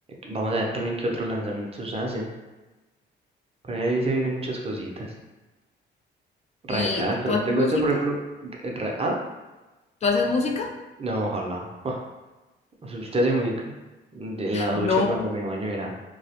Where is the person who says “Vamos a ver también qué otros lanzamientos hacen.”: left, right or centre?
Right